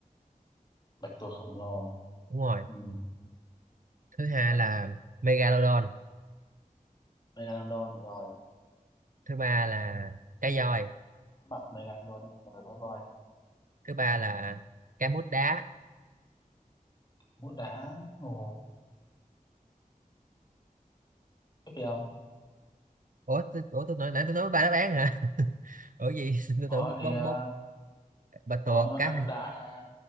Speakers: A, on the left; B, on the right.
A: bạch tuộc khổng lồ
B: đúng rồi
A: ừ.
B: thứ hai
A: Không.
B: là megalodon
A: megalodon rồi
B: thứ ba là cá voi
A: mập megalodon đó rồi đó rồi
B: thứ ba là cá mút đá
A: mút đá ồ tiếp đi ông
B: ủa tôi, ủa tôi nói nãy tôi nói ba đáp án hả <laughs> ủa gì <laughs> tôi
A: ủa
B: tưởng
A: thì
B: bốn
A: ờ,
B: bốn bạch
A: ủa
B: tuộc
A: ông nói
B: cá
A: cá mút đá à